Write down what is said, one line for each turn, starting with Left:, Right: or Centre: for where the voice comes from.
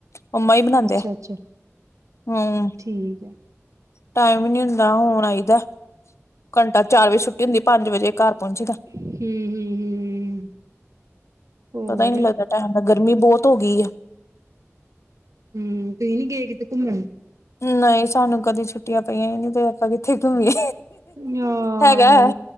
Left: ਅੰਮਾ ਹੀ ਬਣਾਉਦੇ
Right: ਅੱਛਾ
Left: ਆ
Right: ਅੱਛਾ
Left: ਹਮ
Right: ਠੀਕ ਹੈ
Left: ਟੈਮ ਹੀ ਨਹੀਂ ਹੁੰਦਾ ਹੁਣ ਆਈਦਾ ਘੰਟਾ ਚਾਰ ਵਜੇ ਛੱਟੀ ਹੁੰਦੀ ਪੰਜ ਵਜੇ ਘਰ ਪਹੁੰਚੀਦਾ
Right: ਹਮ ਹਮ ਹਮ ਹੋਰ
Left: ਪਤਾ ਹੀ ਨੀ ਲੱਗਦਾ ਗਰਮੀ ਬੋਤ ਹੋ ਗਈ ਏ
Right: ਹਮ ਤੁਹੀ ਨਹੀ ਗਏ ਕਿਤੇ ਘੁੰਮਣ
Left: ਨਹੀਂ ਸਾਨੂੰ ਕਦੇ ਛੁੱਟੀਆਂ ਪਈਆਂ ਹੀ ਨਹੀਂ ਤੇ ਆਪਾਂ ਕਿੱਥੇ ਘੁੰਮੀਏ
Right: ਹਾਂ
Left: ਹੈਗਾ ਹੈ